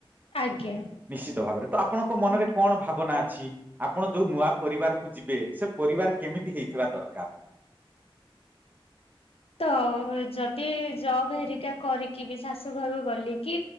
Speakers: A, on the left; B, on the right.
A: ଆଜ୍ଞା
B: ନିଶ୍ଚିତ ଭାବରେ ତ ଆପଣଙ୍କ
A: ଆଜ୍ଞା।
B: ମନରେ କଣ ଭାବନା? ଛି ଆପଣ ଯୋଉ ନୂଆ ପରି କୁ ଯିବେ ସେ ପରିବାର କେମିତି ହେଇଥିବା ଦରକାର?
A: ତ ଯଦି ଜବ ହେରିକା କରିକି ବି ଶାଶୁଘରୁ ଗଲି କିି